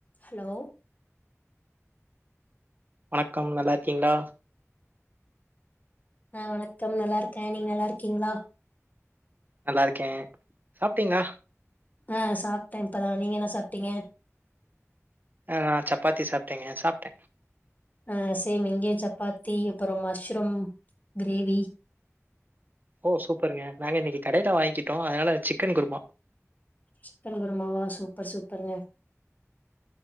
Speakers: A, on the left (about 35°); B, on the right (about 40°).
A: Hello
B: வணக்கம் நல்லா இருக்கீங்ளா
A: ஆ வணக்கம் நல்லா இருக்கே நீங்க நல்லா இருக்கீங்ளா
B: நல்லா இருக்கே சாப்டீங்ளா
A: ஆ சாப்ட்டே இப்பதா நீங்க என்ன சாப்டீங்க
B: ஆ சப்பாத்தி சாப்டேங்க சாப்டே
A: அ சேம் இங்கேயு சப்பாத்தி அப்பறோ மஷ்ரூம் கிரேவி
B: ஓ சூப்பருங்க நாங்க இன்னைக்கி கடய்ல வாங்கிட்டோ அதனால சிக்கன் குருமா
A: சிக்கன்குருமாவா சூப்பர் சூப்பருங்க